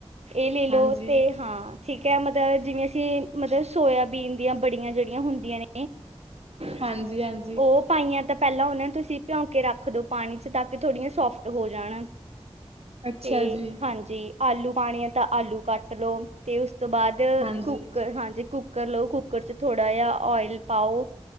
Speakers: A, on the right; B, on the right.
A: ਇਹ ਲੇ ਲੋ
B: ਹਾਂਜੀ
A: ਤੇ ਹਾਂ। ਠੀਕ ਹੈ, ਮਤਲਬ ਜਿਵੇਂ ਅਸੀਂ ਮਤਲਬ ਸੋਇਆਬੀਨ ਦੀਆਂ ਬੜੀਆਂ ਜਿਹੜੀਆਂ ਹੁੰਦੀਆਂ ਨੇ
B: ਹਾਂਜੀ ਹਾਂਜੀ
A: ਉਹ ਪਾਈਆਂ ਤਾਂ ਪਹਿਲਾਂ, ਉਹਨਾਂ ਨੂੰ ਤੁਸੀਂ ਭਿਉਂਕੇ ਰੱਖ ਦੋ ਪਾਣੀ ਚ, ਤਾਂ ਕਿ ਥੋੜ੍ਹੀਆਂ ਸੋਫਟ ਹੋ ਜਾਣ।
B: ਅੱਛਾ
A: ਤੇ
B: ਜੀ
A: ਹਾਂਜੀ ਆਲੂ ਪਾਣੇ ਆ ਤਾਂ ਆਲੂ ਕੱਟ ਲੋ ਤੇ ਉਸ ਤੋਂ ਬਾਅਦ
B: ਹਾਂਜੀ
A: ਕੁੂਕਰ ਹਾਂਜੀ ਕੁੂਕਰ ਲਓ ਕੁੂੱਕਰ ਚ ਥੋੜਾ ਜਿਹਾ ਓਇਲ ਪਾਓ